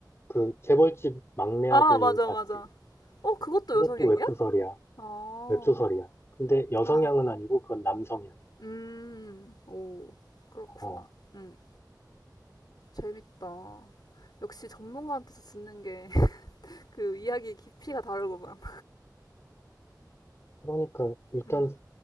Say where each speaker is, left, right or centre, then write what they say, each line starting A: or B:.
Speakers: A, on the left; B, on the left.
A: 그 재벌집 막내
B: 아,
A: 아들
B: 맞아,
A: 봤지?
B: 맞아. 어, 그것도
A: 이것도
B: 여성향이야?
A: 웹소설이야.
B: 어,
A: 웹소설이야. 근데 여성향은
B: 아,
A: 아니고 그건 남성향.
B: 음, 오, 그렇구나.
A: 어.
B: 음, 재밌다. 역시 전문가한테서 듣는 게 그 <laughs> 이야기 깊이가 다르구만.
A: 그러니까 일단
B: 음,